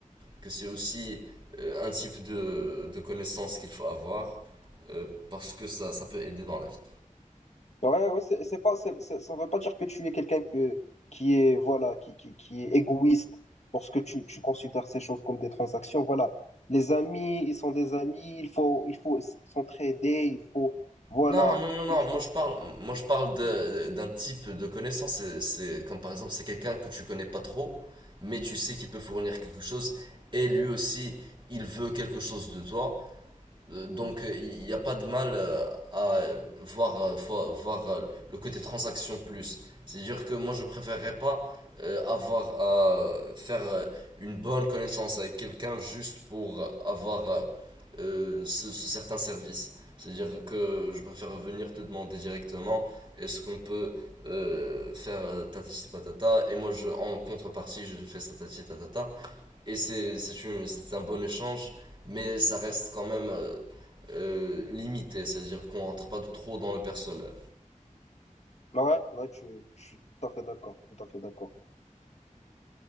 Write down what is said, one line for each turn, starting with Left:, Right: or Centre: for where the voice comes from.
Right: que c'est aussi euh, un type de, de connaissance qu'il faut avoir euh, parce que ça, ça peut aider dans la vie.
Left: Ouais, ouais, c'est c'est pas, c'est- c'est- ça ne veut pas dire que tu es quelqu'un que, qui est, voilà, qui, qui, qui est égoïste lorsque tu, tu considères ces choses comme des transactions. Voilà. Les amis, ils sont des amis, il faut, il faut s- s'entraider, il faut, voilà.
Right: Non, non, non, non,
Left: utiliser-
Right: moi je parle, moi je parle de- d'un type de connaissance. C'est c'est- comme par exemple, c'est quelqu'un que tu connais pas trop, mais tu sais qu'il peut fournir quelque chose et lui aussi, il veut quelque chose de toi. Euh, Donc euh, il n'y a pas de mal euh, à voir, euh, fo- voir euh, le côté transaction plus. C'est-à-dire que moi je préférerais pas euh, avoir à faire euh, une bonne connaissance avec quelqu'un juste pour avoir euh, euh, ce, ce certain service. C'est-à-dire que je préfère venir te demander directement est-ce qu'on peut euh, faire euh, tatati patata et moi je, en contrepartie je fais ça tatati tatata et c'est c'est une- c'est un bon échange mais ça reste quand même euh, euh, limité, c'est-à-dire qu'on rentre pas trop dans le personnel.
Left: Ouais, ouais, tu, je suis tout à fait d'accord, tout à fait d'accord.